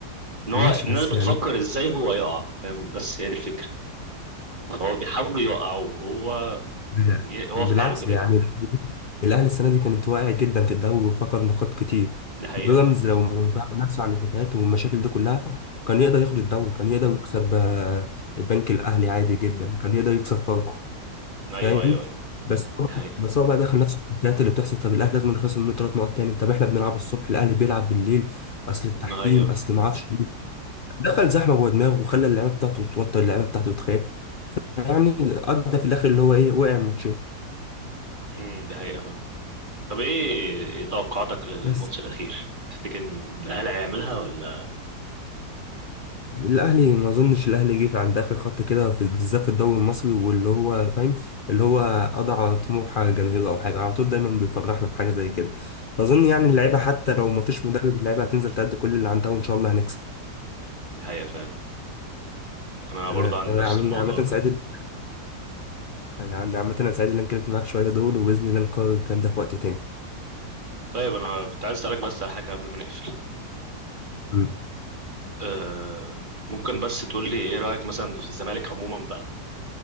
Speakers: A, on the right; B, on the left.
A: ان هو
B: ماشي
A: الناس
B: بس
A: بتفكر
B: يعني
A: ازاي هو يقع فاهم بس هي دي الفكرة فهو بيحاول يقع وهو
B: لا
A: هو
B: بالعكس
A: في حاله كده
B: يعني
A: كده
B: الأهلي السنة دي كانت واقعة جدا في الدوري وفقد نقاط كتير
A: دي حقيقة
B: بيراميدز
A: فعلا
B: لو بعد نفسه عن الحكايات والمشاكل دي كلها كان يقدر
A: مم.
B: ياخد الدوري كان يقدر يكسب آه، البنك الأهلي عادي جدا كان يقدر يكسب فاركو فاهم
A: ايوه ايوه ايوه
B: بس هو
A: دي حقيقة
B: بس هو بقى دخل نفسه في الحكايات اللي بتحصل طب الأهلي لازم نخسر منه ثلاث نقط تاني طب احنا بنلعب الصبح الأهلي بيلعب بالليل أصل التحكيم
A: ايوه
B: أصل ما اعرفش مين. دخل زحمة جوه دماغه وخلى اللعيبة بتاعته تتوتر اللعيبة بتاعته تخاف يعني أدى في الآخر اللي هو إيه وقع الماتشين
A: مم. دي حقيقة فعلا طب ايه إيه توقعاتك للماتش
B: بس
A: الاخير تفتكر ان الاهلي هيعملها ولا
B: الاهلي ما اظنش الاهلي جه عند اخر خط كده في- بالذات في الدوري المصري واللي هو فاهم اللي هو قضى على طموح جماهيره او حاجه على طول دايما بيفرحنا بحاجه زي كده فاظن يعني اللعيبه حتى لو ما فيش مدرب اللعيبه هتنزل تأدي كل اللي عندها وان شاء الله هنكسب
A: نهاية فعلا انا برضه
B: انا
A: عندي
B: أنا
A: نفس
B: عامل-
A: الموضوع
B: عامه
A: ده
B: سعيد يعني عامه انا سعيد ان انا اتكلمت معاك شويه دول وباذن الله نكرر الكلام ده في وقت تاني
A: طيب انا كنت عايز اسالك بس على حاجه قبل ما نقفل
B: مم.
A: أه ممكن بس تقول لي ايه رايك مثلا في الزمالك عموما بقى